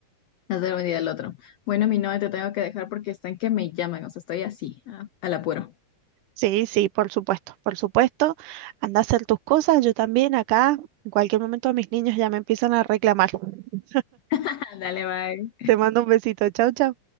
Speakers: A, on the left; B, on the right.
A: <laughs> No sé un día del otro. Bueno, mi novia, te tengo que dejar porque están que me llaman, o sea, estoy así, a- al apuro.
B: Sí, sí, por supuesto, por supuesto. Anda a hacer tus cosas, yo también acá. En cualquier momento mis niños ya me empiezan a reclamar. <laughs>
A: <laughs> Dale, bye.
B: Te mando un besito. Chau, chau.